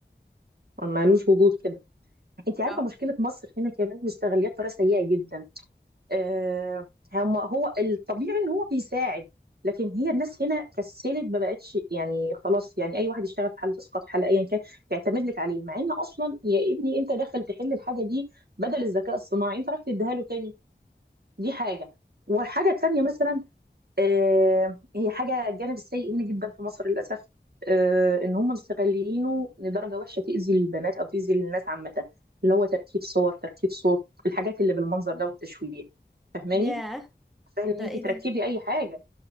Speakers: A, on the right; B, in the centre.
A: ملوش وجود كده انت عارفه
B: اه
A: مشكله مصر هنا كمان مستغليه بطريقه سيئه جدا آه، هم هو الطبيعي ان هو بيساعد لكن هي الناس هنا كسلت ما بقتش يعني خلاص يعني اي واحد يشتغل في حاله اسقاط حاله ايا كان يعتمد لك عليه مع ان اصلا يا ابني انت داخل تحل الحاجه دي بدل الذكاء الصناعي انت راح تديها له تاني دي حاجه والحاجه التانيه مثلا آه، هي حاجه الجانب السيء منه جدا في مصر للاسف آه، ان هم مستغلينه لدرجه وحشه تاذي البنات او تاذي الناس عامه اللي هو تركيب صور تركيب صوت الحاجات اللي بالمنظر ده والتشويه فاهماني
B: ياه
A: سهل
B: ده
A: ان انت
B: ايه
A: تركبي
B: ده؟
A: اي حاجه